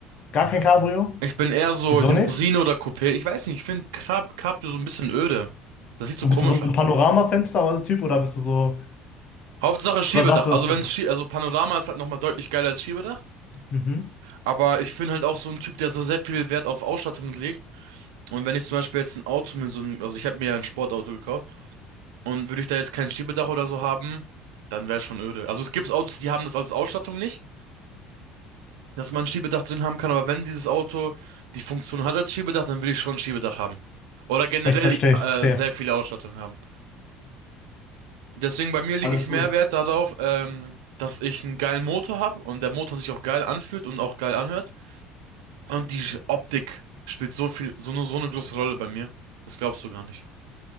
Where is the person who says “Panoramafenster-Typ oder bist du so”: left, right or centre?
Left